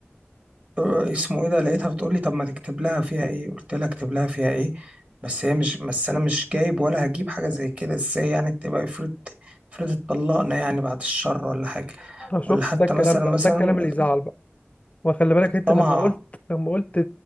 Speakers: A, on the right; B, on the left.
A: آه، اسمه ايه ده لقيتها بتقول لي طب ما تكتب لها فيها ايه قلت لها اكتب لها فيها ايه بس هي مش بس انا مش جايب ولا هجيب حاجه زي كده ازاي يعني تبقى افرض افرض اتطلقنا يعني بعد الشر ولا حاجه
B: أنا شفت
A: ولا حتى
B: ده الكلام
A: مثلا
B: بقى
A: مثلا
B: ده الكلام اللي يزعل بقى وخلي بالك
A: الطمع
B: انت لما قلت لما قلت